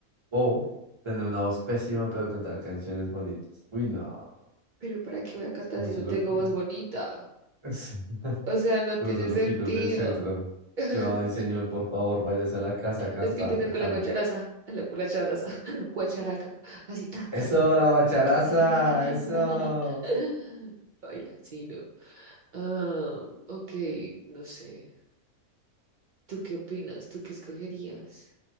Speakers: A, on the right; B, on the right.
A: o tener una voz pésima, pero cantar canciones bonitas. Uy, no,
B: Pero ¿para qué voy a cantar
A: es como
B: si
A: eso
B: no
A: es
B: tengo
A: lo que...
B: voz bonita?
A: <laughs> Sí.
B: O sea, no
A: Con
B: tiene
A: esos loquitos
B: sentido.
A: del centro.
B: <laughs>
A: Yo, ay, señor, por favor, váyase a la casa a cantar.
B: Los que empiezan
A: Acá
B: con la guacharaza,
A: no.
B: la guacharaza, <laughs> guacharaca, así, ta,
A: Eso,
B: ta, ta, ta.
A: la bacharaza,
B: <laughs>
A: eso.
B: Baila, sí, no. Ah, ok, no sé. ¿Tú qué opinas? ¿Tú qué escogerías?